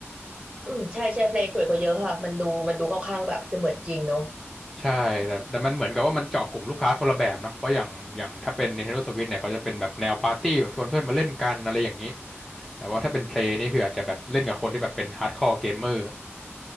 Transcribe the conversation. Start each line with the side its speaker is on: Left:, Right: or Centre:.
Right: อืมใช่ใช่เพลงสวยกว่าเยอะค่ะมันดูมันดูค่อนข้างแบบเสมือนจริงเนอะ
Centre: ใช่แต่แต่มันเหมือนกับว่ามันเจาะกลุ่มลูกค้าคนละแบบเนาะเพราะอย่างอย่างถ้าเป็น Nintendo Switch เนี่ยเขาจะเป็นแบบแนวปาร์ตี้แบบชวนเพื่อนมาเล่นกันอะไรอย่างนี้แต่ว่าถ้าเป็นเพลย์นี่คืออาจจะแบบเล่นกับคนที่แบบเป็นฮาร์ดคอร์เกมเมอร์